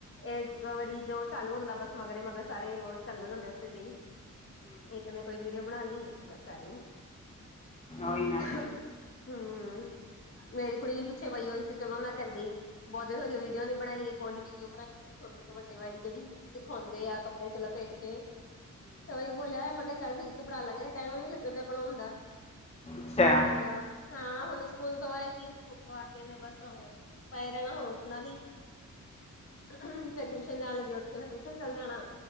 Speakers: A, on the left (about 45°); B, on the left (about 20°).
A: ਇੱਕ ਵਾਰੀ ਜੋ ਚਾਲੂ ਹੁੰਦਾ ਬਸ ਮਗਰੇ- ਮਗਰ ਸਾਰੇ ਉਹ ਚੱਲੂ ਜਾਂਦੇ ਉਸਦੇ ਚ ਹੀ। ਇੱਕ ਨੇ ਕੋਈ ਵੀਡੀਓ ਬਣਾ ਲਈ ਬਸ ਸਾਨੂੰ
B: ਹੋਈ ਨਾ
A: ਹਮ, ਮੇਰੀ ਕੁੜੀ ਵੀ ਪਿੱਛੇ ਬਈ ਹੋਈ ਸੀ ਚਲੋ ਨਾ ਕਰਦੀ। ਬਹੁਤ ਦਿਨ ਹੋ ਗਏ ਵੀਡੀਓ ਨੀ ਬਣਾਈ ਇੱਕ ਹਲੀ ਵੀਡੀਓ ਬਣਾਈ। ਛੋਟੇ ਤੋਂ ਵੱਡੇ ਵਾਲੀ ਜਿਹੜੀ, ਦਿਖਾਉਂਦੇ ਆ ਕੱਪੜੇ ਚ ਲਾਪੇਟ ਕੇ। ਉਹੀ ਬੋਲਿਆ ਮੈਂ ਕਿਹਾ ਚੱਲ ਠੀਕ ਬਣਾ ਲਾਂਗੇ ਟਾਈਮ ਹੀ ਨੀ ਲੱਗਣ ਦਿਆਂ ਬਣਾਉਣ ਦਾ।
B: ਅੱਛਾ
A: ਹੁਣ, ਹਾਂ ਹੁਣ ਸਕੂਲ ਤੋਂ ਆਏਗੀ। ਸਕੂਲ ਤੋਂ ਆ ਕੇ ਨੇ ਬਸ, ਪਏ ਰਹਿਣਾ ਹੁਣ ਉੱਠਣਾ ਨਹੀਂ। ਫਿਰ ਟਿਊਸ਼ਨ ਜਾਣ ਲਗੇ ਉੱਠ ਕੇ ਫਿਰ ਟਿਊਸ਼ਨ ਚੱਲ ਜਾਣਾ,